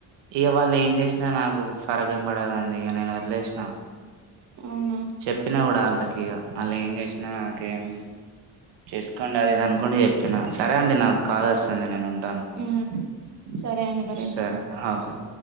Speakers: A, on the right; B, on the right.
A: ఇక వాళ్ళు ఏం చేసినా నాకు ఫరక ఏం పడదు అం ఇక నేను వదిలేసినా
B: అవునా
A: చెప్పినా కూడా వాళ్ళకి వాళ్ళు ఏం చేసినా నాకేం చేసుకోండి అ ఇది అనుకుంటే చెప్పినను సరే అండి నాకు కాల్ వస్తుంది నేను
B: ఉమ్. సరే అండి మరి ఉంటున్నా
A: సరే అవుకే